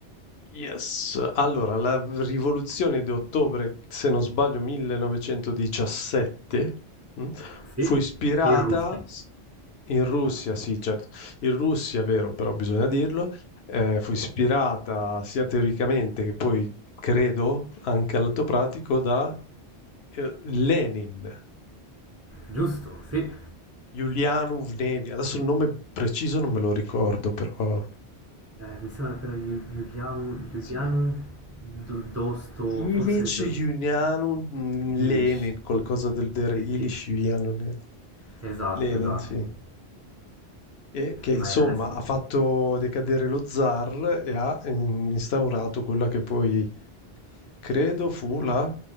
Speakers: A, on the left; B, on the right.
A: Yes, allora la v- rivoluzione di ottobre, se non sbaglio 1917, mm,
B: Sì,
A: fu ispirata
B: in Russia.
A: s- in Russia, sì, certo, in Russia, vero, però bisogna dirlo, eh, fu ispirata sia teoricamente che poi credo anche all'atto pratico da eh, Lenin,
B: Giusto, sì.
A: Julianov Nevia, adesso il nome preciso non me lo ricordo, però
B: Eh, mi sembra per Giuliano, Giuliano
A: sì.
B: Do- Dosto,
A: Ilic
B: forse Do-
A: Julianum
B: Ilich,
A: Lenin, qualcosa
B: sì.
A: del genere,
B: Sì,
A: Ilic
B: sì.
A: Julianum Lenin,
B: Esatto,
A: Lenin,
B: esatto.
A: sì. E che
B: Vai,
A: insomma
B: adesso.
A: ha fatto decadere lo zar e ha mm, instaurato quella che poi credo fu la